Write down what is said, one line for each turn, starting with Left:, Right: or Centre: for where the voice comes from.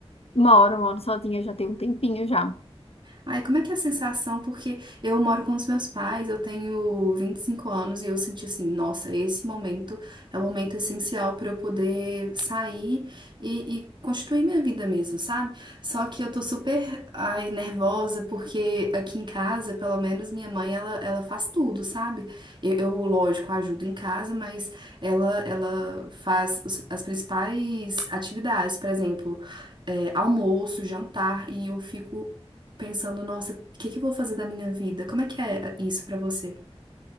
Left: Moro, moro sozinha já tem um tempinho já.
Right: Ai, como é que é a sensação? Porque eu moro com os meus pais, eu tenho 25 anos e eu senti assim, nossa, esse momento é o momento essencial para eu poder sair e, e constituir minha vida mesmo, sabe? Só que eu tô super, ai, nervosa porque aqui em casa, pelo menos minha mãe, ela, ela faz tudo, sabe? Eu, eu, lógico, ajudo em casa, mas ela, ela faz os- as principais atividades, por exemplo, é, almoço, jantar, e eu fico pensando, nossa, o que que eu vou fazer da minha vida? Como é que é isso pra você?